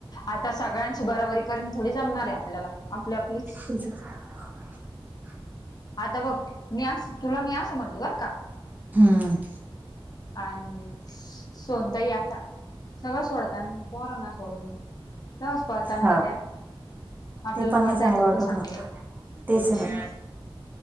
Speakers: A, on the left; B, on the right.
A: आता सगळ्यांची बराबरी करून थोडी जमणार आहे आपल्याला आपली आपलीच.
B: आहे.
A: आता बघ मी अस तुला मी असं म्हटली बर का.
B: हम्म.
A: आणि सोनताही आता सगळं सोडतना परांना सोडून. तस पळताना
B: हा
A: का त्या. आपल्याला
B: ते पण
A: पळता
B: नाही चांगलं
A: येतात
B: वाटत
A: तू सांग
B: ना.
A: बरं
B: तेचना.
A: मग